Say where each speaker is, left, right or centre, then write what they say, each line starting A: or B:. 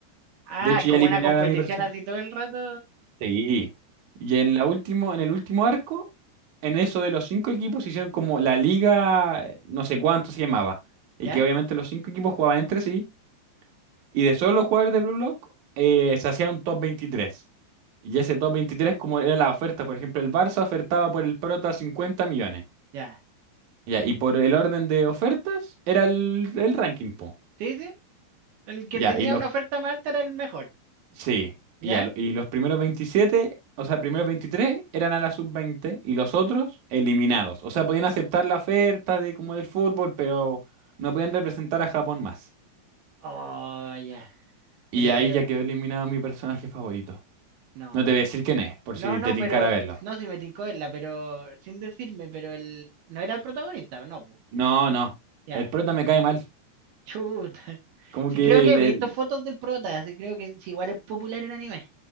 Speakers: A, on the right; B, on the right.
A: Ah,
B: De hecho,
A: es como
B: ya eliminaron
A: una competición
B: a mi persona.
A: así todo el rato.
B: Sí. Y en la último, en el último arco, en eso de los cinco equipos, hicieron como la liga, eh, no sé cuánto se llamaba. Y
A: Ya,
B: que obviamente los cinco equipos jugaban entre sí. Y de solo los jugadores de Blue Block, eh, se hacía un top veintitrés Y ese top 23 como era la oferta, por ejemplo, el Barça ofertaba por el Prota 50 millones.
A: ya.
B: Ya, y por el orden de ofertas era el, el ranking, po.
A: Sí, sí. El que
B: Ya,
A: tenía
B: y los,
A: una oferta más alta era el mejor.
B: sí,
A: ¿Ya?
B: ya, lo- y los primeros veintisiete o sea, primeros 23 eran a la sub veinte y los otros eliminados. O sea, podían aceptar la oferta de como del fútbol, pero no podían representar a Japón más.
A: Oh, ya.
B: Y
A: Brígido,
B: ahí ya
A: va.
B: quedó eliminado mi personaje favorito.
A: No.
B: No te voy a decir quién es, por
A: No,
B: si
A: no,
B: te tincara
A: pero.
B: verlo.
A: No, si me tincó verla, pero. Sin decirme, pero él. No era el protagonista, ¿o no, po?
B: No, no.
A: Ya.
B: El prota me cae mal.
A: Chuta. <laughs>
B: Como
A: Sí,
B: que
A: creo que
B: le...
A: he visto fotos del prota. Sí, creo que sí, igual es popular en anime.